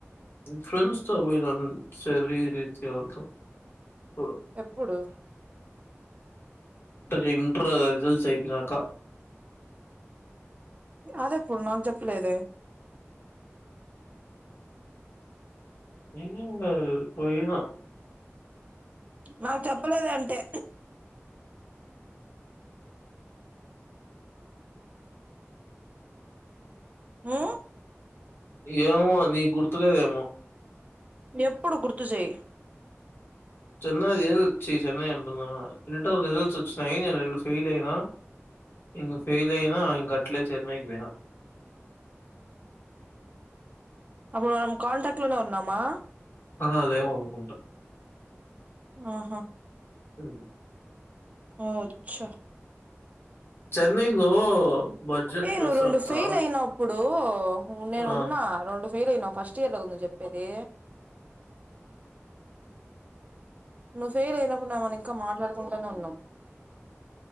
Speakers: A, on the left; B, on the right.
A: ఫ్రెండ్స్ తో పోయిన సరీరి చెరో ఓ కప్పు <inaudible>
B: ఎప్పుడు
A: అ ఇంటర్ అ రిజల్ట్స్ అయిపోనాక
B: అదే ఎప్పుడు నాకు చెప్పలేదే
A: ఇ <unintelligible> పోయినా
B: నాకు చెప్పలేదు అంటే ఉ
A: ఏమో అది గుర్తులేదేమో
B: ఎప్పుడు గుర్తు చేయి
A: చెన్నై ఏదో ఛీ చెన్నై అంటునన ఇంటర్ రిజల్ట్ వచ్చినాయి. నేను రెండు ఫెయిల్ అయినా ఇం ఫెల్ అయినా అ ఇంకట్లే చెన్నై కి పోయిన
B: అప్పుడు మనం కాంటెక్ట్ లోనే ఉన్నామా.
A: ఆహా లేము అనుకుంటా
B: ఆహా
A: స
B: ఒ చ్చా
A: చెన్నైలో బడ్జెట్
B: ఏ నువ్వు
A: రిసార్ట్సా?
B: రెండు ఫెయిల్ అయినావు ఇప్పుడు నేను
A: ఆ!
B: ఉన్నా రెండు ఫెయిల్ అయినా ఫస్ట్ ఇయర్ లో కదా నువ్వు చెప్పేది. నువ్వు ఫెయిల్ అయినప్పుడు మనం ఇంకా మాట్లాడుకుంటనే ఉన్నాం